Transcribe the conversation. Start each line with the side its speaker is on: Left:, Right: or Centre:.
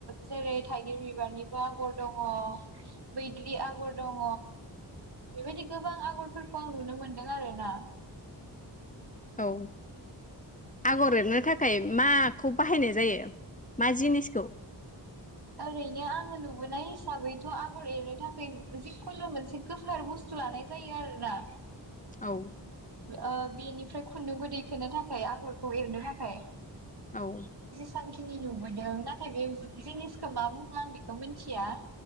Right: जेरै थाइगिर बिबारनिबो आगर दङ बैग्रि आगर दङ बेबायदि गोबां आगरफोरखौ आं नुनो मोनदों आरोना
Left: औ आगर एरनो थाखाय माखौ बाहायनाय जायो मा जिनिसखौ?
Right: ओरैनो आङो नुबोनाय हिसाबैथ आगर एरनो थाखाय जिखुनु मोनसे गोफार बुस्थु लानाय जायो आरोना
Left: औ
Right: ओ बेनिफ्राय खुन्दुं खौ दैखोनो थाखाय आगरखौ एरनो थाखाय।
Left: औ।
Right: सांखिनि नुबोदों नाथाय बे जिनिस खौ मा बुङो आं बेखौ मोन्थिया